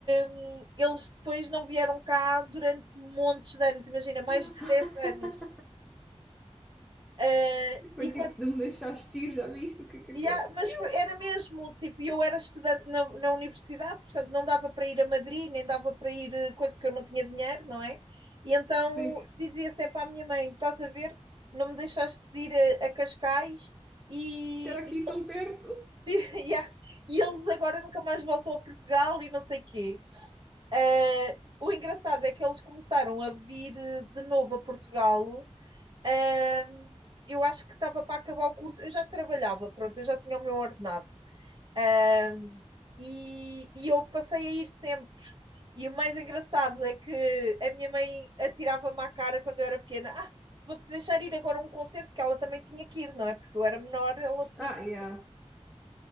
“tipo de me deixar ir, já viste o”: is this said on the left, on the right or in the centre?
Centre